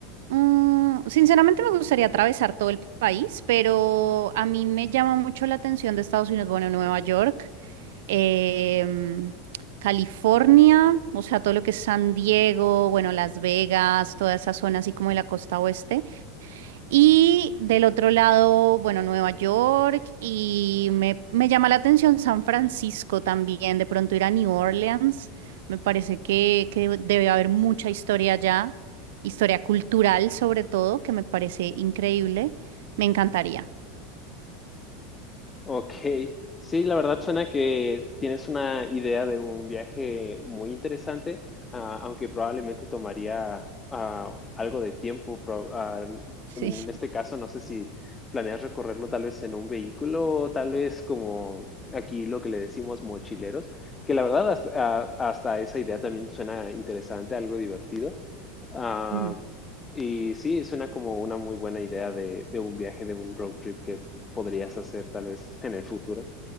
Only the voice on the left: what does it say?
Ok, sí, la verdad suena que tienes una idea de un viaje muy interesante, ah, aunque probablemente tomaría ah, algo de tiempo. pro- ah,
en
este caso, no sé si planeas recorrerlo tal vez en un vehículo o tal vez como aquí lo que le decimos mochileros, que la verdad hasta, ah, hasta esa idea también suena interesante, algo divertido. Ah,
y sí, suena como una muy buena idea de, de un viaje, de un road trip que podrías hacer tal vez en el futuro.